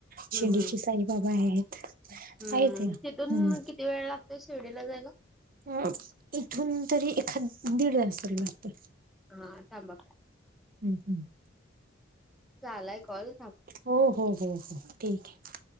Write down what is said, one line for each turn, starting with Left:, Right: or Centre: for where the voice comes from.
Right: शिर्डीचे
Centre: हम् हम्
Right: साईबाबा आहेत
Centre: हम्म
Right: आहेत या
Centre: तिथून
Right: हम्
Centre: किती वेळ लागतोय शिर्डीला जायला
Right: अ इथून तरी एखाद दीड तास तरी लागत
Centre: हा थांबा
Right: हम् हं
Centre: झालाय कॉल
Right: हो हो हो हो ठीक आहे